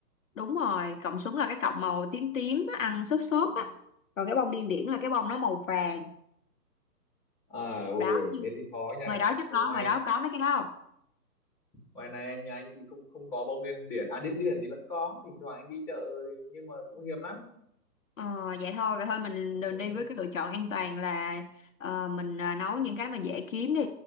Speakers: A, on the left; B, in the centre.
A: đúng rồi, cọng súng là cái cọng màu tím tím á, ăn xốp xốp á. Còn cái bông điên điển là cái bông nó màu vàng.
B: À, ôi
A: Đó,
B: ơi,
A: nhưng
B: thế thì khó nhỉ.
A: ngoài đó chắc
B: Ở
A: có,
B: ngoài
A: ngoài đó có mấy cái đó không?
B: ngoài này anh nhà anh thì không không có bông điên điển. À điên điển thì vẫn có, thỉnh thoảng anh đi chợ nhưng mà cũng hiếm lắm.
A: Ờ, vậy thôi, vậy thôi mình
B: Bông
A: đừng
B: súng.
A: đi với cái lựa chọn an toàn là ờ, mình ờ, nấu những cái mà dễ kiếm đi.